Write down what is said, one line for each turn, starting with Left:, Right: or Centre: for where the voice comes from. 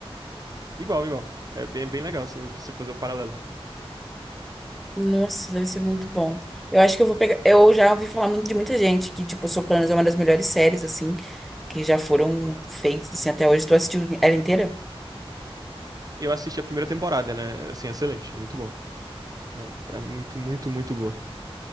Right: Igual, igual. É bem, bem legal, assim, você fazer o paralelo.
Centre: Nossa, deve ser muito bom. Eu acho que eu vou pegar. Eu já ouvi falar muito de muita gente que, tipo, Sopranos é uma das melhores séries, assim, que já foram feitas, assim, até hoje. Tu assistiu ela inteira?
Right: Eu assisti a primeira temporada, ela é, assim, excelente. É muito boa. É, é muito, muito, muito boa.